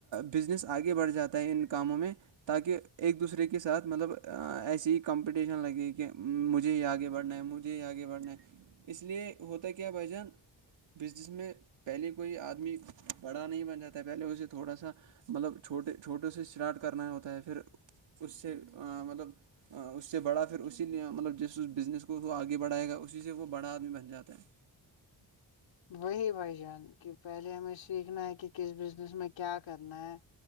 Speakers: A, on the right (about 80°); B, on the left (about 85°).
A: بزنس آگے بڑھ جاتا ہے ان کاموں میں تاکہ ایک دوسرے کے ساتھ مطلب ایسی کمپٹیشن لگے کہ مجھے ہی آگے بڑھنا ہے مج جی آگے بڑھنا ہے اس لیے ہوتا کیا بھ جان بزنس میں پہلے کوئی آدمی بڑا نہیں بن جاتا ہے پہلے اسے تھوڑا سا مطلب چھوٹے چھوٹے سے اسٹارٹ کرنا ہوتا ہے پھر اس سے مطلب اس سے بڑا پھر اسی نے مطلب جس اس بزنس کو وہ آگے بڑھائے گا اسی سے وہ بڑا آدمی بن جاتا ہے
B: وہی بھائی جان کی پہلے ہمیں سیکھنا ہے کہ کس بزنس میں کیا کرنا ہے